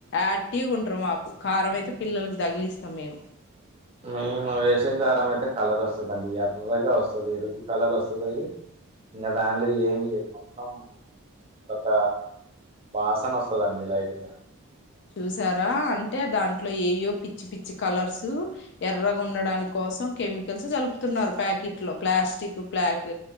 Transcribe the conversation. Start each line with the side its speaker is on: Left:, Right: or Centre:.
Left: యాక్టివ్గా ఉంటారు మాకు కారం అయితే పిల్లకి తగిలిస్తాం మేము
Right: మేము వేసే కారం అయితే కలర్ వస్తుందండి ఎర్రగా వస్తుంది ఎరుపు కలర్ వస్తుంది ఇంకా దానిలో ఏమి లేదు మొత్తం అదొక వాసన వస్తుదండి లైట్గా
Left: చూసారా అంత్ అంటే దాంట్లో ఏయో పిచ్చి పిచ్చి కలర్సు ఎర్రగా ఉండడా కోసం కెమికల్స్ కలుపుతున్నారు ప్యాకెట్ లో ప్లాస్టిక్ పక్